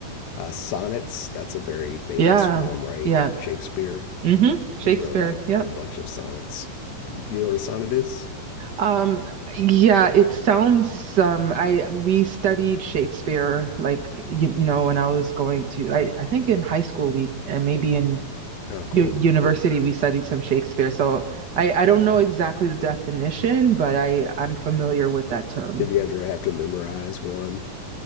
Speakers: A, on the left (about 85°); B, on the right (about 60°).
A: uh, sonnets that's a very famous
B: Yeah.
A: form, right?
B: Yeah.
A: Shakespeare
B: Mm-hmm.
A: he
B: Shakespeare.
A: wrote like
B: Yep.
A: a bunch of sonnets. Do you know what a sonnet is?
B: Um, yeah, it sounds um I we studied Shakespeare like you, you know when I was going to I I think in high school we and maybe in
A: Oh, cool,
B: u university,
A: cool.
B: we studied some Shakespeare, so I, I don't know exactly the definition, but I I'm familiar with that term.
A: Did you ever have to memorize one